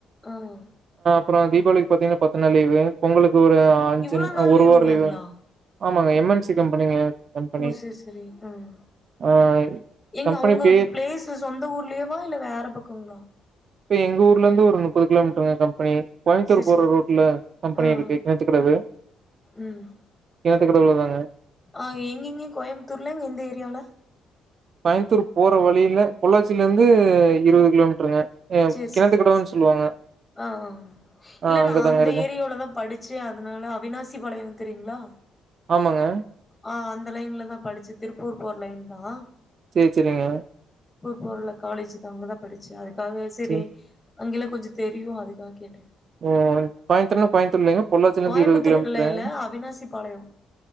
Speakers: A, on the left; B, on the right.
A: ஆஹ்
B: அப்புறம் தீபாவளிக்கு பாத்தீங்கன்னா பத்து நாள் லீவு பொங்கலுக்கு இது ஒரு அஞ்சு
A: இவ்ளோ நாள்
B: ஒரு
A: லீவ்
B: வாரலீவு
A: விடுவாங்களா
B: ஆமாங்க எம்என்சி கம்பெனிங்க கம்பெனி
A: ஓ சரி சரி ஹம்
B: ஆ
A: இங்க
B: கம்பெனி
A: உங்க
B: பேர்
A: பிளேஸ் சொந்த ஊர்லயேவா இல்ல வேற பக்கங்களா
B: இப்ப எங்க ஊர்ல இருந்து ஒரு முப்பது கிலோமீட்டருங்க கம்பெனி கோயம்புத்தூர்
A: சரி
B: போற
A: சரி
B: ரோட்ல கம்பெனி
A: ஆஹ்
B: இருக்கு கிணத்துக்கடவு
A: உம்
B: கிணத்துக்கடவுலதாங்க
A: ஆஹ எங்கங்க கோயம்புத்தூர்ல எந்த ஏரியால
B: கோயமுத்தூர் போற வழியில பொள்ளாச்சியில இருந்து இருபது கிலோமீட்டருங்க ஆ
A: சரி
B: கிணத்துக்கடவுன்னு
A: சரி
B: சொல்லுவாங்க
A: ஆஹ்ஹ்
B: ஆ
A: இல்ல
B: அங்கதாங்க
A: நான் அந்த
B: இருக்கு
A: ஏரியாலதான் படிச்சேன் அதனால அவினாசி பாளையம் தெரியுங்களா
B: ஆமாங்க
A: ஆஹ் அந்த லைன்ல தான் படிச்சு திருப்பூர் போற லைன் தான்
B: சரி சரிங்க
A: போல காலேஜ் தாங்க தான் படிச்சு அதுக்காக சரி
B: சேரி
A: அங்கலா கொஞ்ச தெரியு அதுக்காக கேட்டேன்
B: ஓஹ் கோயமுத்தூர்னா கோயமுத் இல்லங்க பொள்ளாச்சில இருந்து
A: கோயம்புத்தூர்ல
B: இருபது கிலோமீட்டரு
A: இல்ல அவினாசி பாளையோ